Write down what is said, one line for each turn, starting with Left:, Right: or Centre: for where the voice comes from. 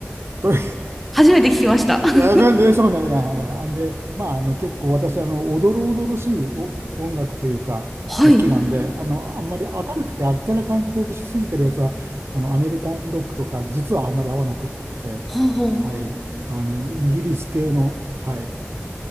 Right: と <laughs> い
Centre: 初めて聞きました。<laughs>
Right: や、全然ょうなんや。で、まあ、あの、結構私、あの、おどろおどろしい音音楽というか、
Centre: はい。
Right: 好きなんで、あの、あんまり明るくてあっけらかんとしすぎてるやつは、あの、アメリカンロックとか、実はあんまり合わなくって、
Centre: ほうほう。
Right: はい、あの、イギリス系の、はい、